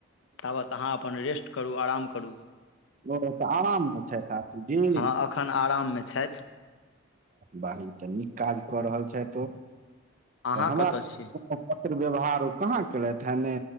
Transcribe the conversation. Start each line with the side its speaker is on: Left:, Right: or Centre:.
Left: ताबत अहाँ अपन रेस्ट करू आराम करू
Right: ओ तऽ आराममे छथि
Left: हँ एखन आराममे छथि
Right: वहिन तऽ नीक काज कऽ रहल छथि ओ
Left: अहाँ
Right: तऽ हमरा
Left: कतय छी
Right: पत्र व्यवहार ओ कहाँ केलथि हेने